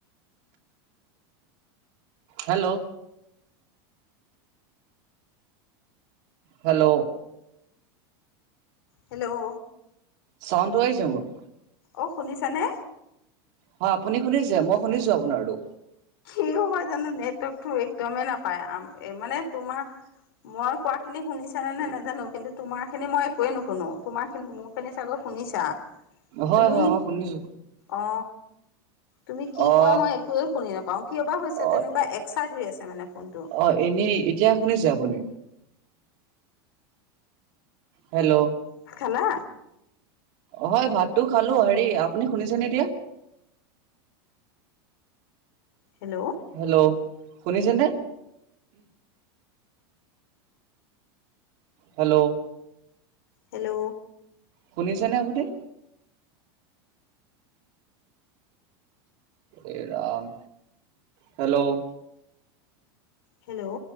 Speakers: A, on the right; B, on the left.
A: হেল্ল'। হেল্ল'।
B: হেল্ল'।
A: চাউণ্ডটো আহিছে মোৰ?
B: অ শুনিছানে?
A: হয় আপুনি শুনিছে? মই শুনিছো আপোনাৰটো।
B: কিনো হয় জানো নেটৱৰ্কটো একদমেই নাপায় আমাৰ মানে তোমাৰ মই কোৱাখিনি শুনিছানে নে নাই নেজানো কিন্তু তোমাৰখিনি মই একোৱে নুশুনো তোমাৰখিনি মোৰ তুমি চাগৈ শুনিছা
A: হয়
B: তুমি
A: হয় মই শুনিছো।
B: অ তুমি কি
A: অ'
B: কোৱা মই একোৱে শুনি নাপাও কিয় বা হৈছে
A: অ'
B: তেনেকুৱা এক্সাইড হৈ আছে মানে ফোনটো।
A: অ এনেই। এতিয়া শুনিছে আপুনি? হেল্ল'।
B: ভাত খালা?
A: হয় ভাতটো খালো। হেৰি আপুনি শুনিছেনে এতিয়া?
B: হেল্ল।
A: হেল্ল' শুনিছেনে? হেল্ল'।
B: হেল্ল'।
A: শুনিছেনে আপুনি? এ ৰাম হেল্ল'।
B: হেল্ল'।